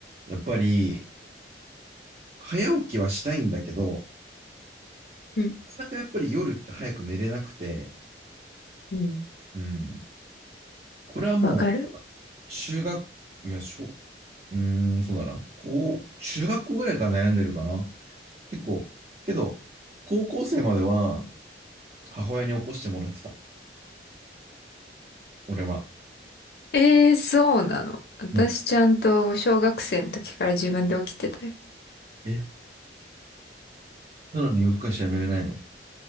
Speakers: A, on the right; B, on the left.
A: やっぱり、早起きはしたいんだけど、
B: うん、
A: なかなかやっぱり夜って早く寝れなくて、
B: うん。
A: うん。これはもう、
B: わかる。
A: 中学、いや、小、うーん、そうだな。こう、中学校ぐらいから悩んでるかな。結構、けど、高校生までは母親に起こしてもらってた。俺は。
B: えーそうなの。私ちゃんと小学生の時から自分で起きてたよ。
A: うん。え、なのに夜更かしやめれないの